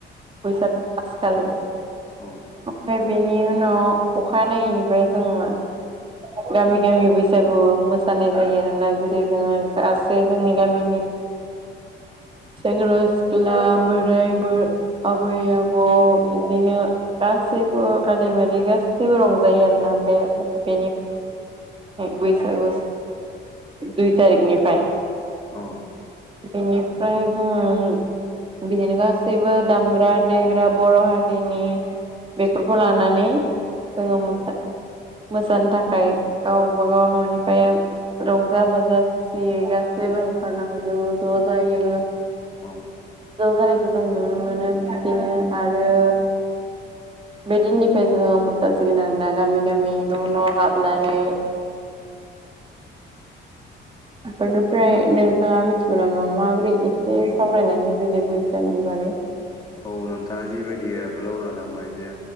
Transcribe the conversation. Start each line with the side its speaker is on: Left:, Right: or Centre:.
Right: बैसाग फासआखालि ओमफ्राय
Left: औ
Right: बेनि उनाव अखानायैनिफ्राय जोङो गामि गामि बैसागु मोसानाय जायो आरोना जेरै जोङो गासै जोंनि गामिनि सेंग्रा सिख्ला बोराय बुर आबै आबौ इदिनो गासैबो आदै मादि गासैबो रंजायो आरोना बे बेनि बैसागु दुइ तारिखनिफ्राय।
Left: औ।
Right: बेनिफ्राय जोङो बिदिनो गासैबो दामग्रा देग्रा बर' हारिनि बेफोरखौ लानानै जोङो म मोसानो थाखाय गावबाागाव न'निफ्राय रंजा बाजा खुसियै गासैबो ओंखारलांजोबो ज' ज' जायो।
Left: औ।
Right: ज' जानायखौ जों नुनो मोनो बिदिनो आरो बे दिननिफ्राय जोङो मोसासिगोन आरो ना गामि गामि न' न' हाबनानै‌ बेनिफ्राय नोंथाङा मिथिगौ नामा माबोरै ए सावरायनानै होदो बैसागुनि बागै
Left: औ नोंथाङा जिबायदि आगोलाव बुंना थांबाय जे